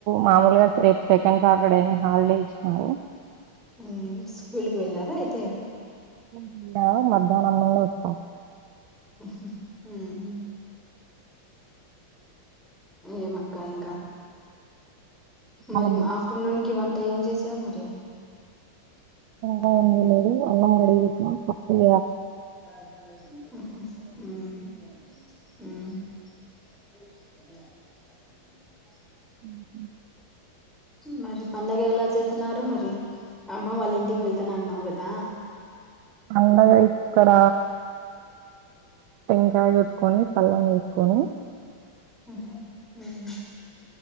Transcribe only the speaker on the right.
మామూలుగా రేపు సెకండ్ సాటర్ డే అని హాలిడే ఇచ్చినారు.
ఉండారు మధ్యానం నుండి ఇడుచ్చాం
అలము
కాం లేదు అన్నం కడిగి పెట్టిన పప్పుల
ఉహుమ్
అన్నగా ఇక్కడ టెంకాయ కని పళ్లెం వేసుకొని